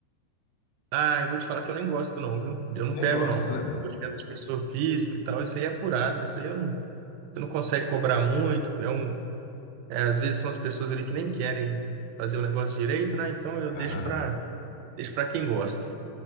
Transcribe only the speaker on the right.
Ah, eu vou te falar que eu nem gosto não, viu? Eu não
pego
não.
Tô venda de pessoa física e tal, isso aí é furado, isso aí eu não, você não consegue cobrar muito, é um É, às vezes são as pessoas ali que nem querem fazer o negócio direito, né? Então eu deixo
para deixo para quem gosta.